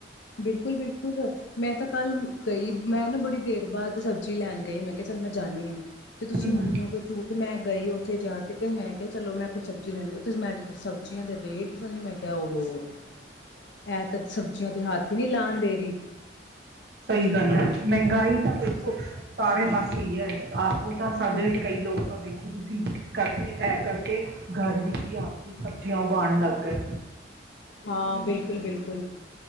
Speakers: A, on the left; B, on the right.
A: ਬਿਲਕੁਲ-ਬਿਲਕੁਲ! ਮੈਂ ਤਾਂ ਕੱਲ੍ਹ ਗਈ ਮੈਂ ਨਾ ਬੜੀ ਦੇਰ ਬਾਦ ਸਬਜ਼ੀ ਲੈਨ ਗਈ ਮੈਂ ਕਿਹਾ ਚੱਲ ਮੈਂ ਜਾਂਨੀ ਆਂ ਤੇ ਤੁਸੀਂ
B: ਹਮ
A: ਮੰਨੋਗੇ ਝੂਠ ਮੈਂ ਗਈ ਔਥੇ ਜਾ ਕੇ ਤੇ ਮੈਂ ਕਿਹਾ ਚਲੋ ਮੈਂ ਕੁਝ ਸਬਜ਼ੀ ਲੈਂਦੀ ਉੱਥੇ ਮੈਂ ਜਦੋਂ ਸਬਜ਼ੀਆਂ ਦੇ ਰੇਟ ਸੁਨੇ ਮੈਂ ਕਿਆ ਔ ਹੋ ਏ ਤਾਂ ਸਬਜ਼ੀਆਂ ਦੇ ਹਥ ਵੀ ਨੀ ਲਾਨ ਦੇਰੀ
B: ਸਈ ਗੱਲ ਐ ਮਹਿੰਗਾਈ ਤਾਂ ਦੇਖੋ
A: ਸਬ
B: ਸਾਰੇ <unintelligible> ਔ ਤਾਂ ਸਾਡੇ
A: ਬਿਲਕੁਲ
B: ਕਈ
A: ਬਿਲਕੁਲ,
B: ਲੋਕ ਤਾਂ ਵੇਖੋ ਵੇਖੀ ਕਰਕੇ ਐ ਕਰਕੇ ਘਰ ਵੀਚ ਈ ਆਪ ਈ ਸਬਜਿਆਂ ਉਗਾਣ ਲਗ ਗਏ
A: ਹਾਂ ਬਿਲਕੁਲ ਬਿਲਕੁਲ